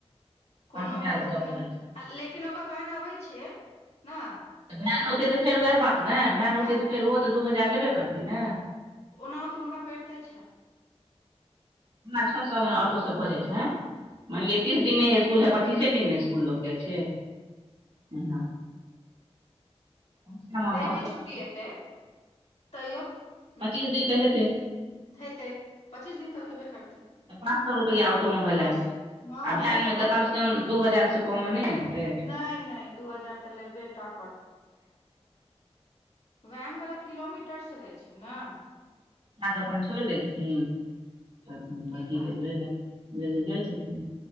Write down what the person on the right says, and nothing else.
पाँच हजार
ओतय
पड़ै छनि
तऽ भेन औतै तऽ फेर उएह बात ने भेन औतै
तऽ फेर ओहो तऽ दू हजार लेबे करतै ने
हमरा छओ सए ऑटोसभ भऽ जाइत छै मानि लिय तीस दिने इकुल है पचीसे दिनने इसकुल लग जाइ छै <unintelligible> श्यामा
ऑटो
पच्चीस
दिन कहेते
तऽ पाँच सए रुपैआ ऑटो मे भेलै
आ भैन
मे तऽ
कम
से कम दू हजार से कम नहि ने हेतै
क अपन छोड़ि दै छथिन तऽ अपन
वर्दी
के लै लए ल जाइ छथिन